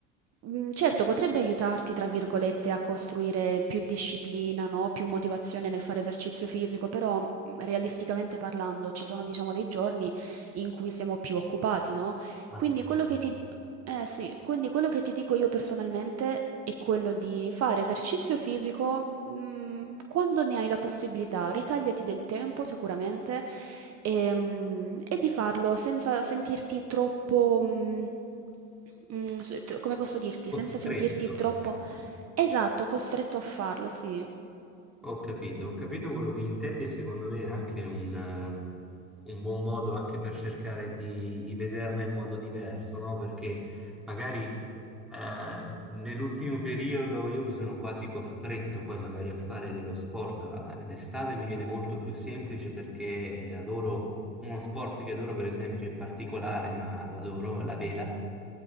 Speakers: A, on the right; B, in the centre.
A: Mm, Certo, potrebbe aiutarti, tra virgolette, a costruire più disciplina, no? Più motivazione nel fare esercizio fisico, però mm, realisticamente parlando ci sono, diciamo, dei giorni in cui siamo più occupati, no?
B: Assolutamente.
A: Quindi quello che ti, eh, sì, quindi quello che ti dico io personalmente è quello di fare esercizio fisico, mm, quando ne hai la possibilità. Ritagliati del tempo sicuramente Ehm, e di farlo senza sentirti troppo, mhmm, mhmm, s tro come posso dirti,
B: Costretto,
A: senza sentirti troppo
B: ecco.
A: esatto, costretto a farlo, sì.
B: Ho capito, ho capito quello che intendi e secondo me è anche un, eh, un buon modo anche per cercare di, di vederla in modo diverso, no? Perché magari Eh, nell'ultimo periodo io mi sono quasi costretto poi magari a fare dello sport, ma d'estate mi viene molto più semplice perché adoro uno sport che adoro per esempio è particolare, ma lo adoro, la vela.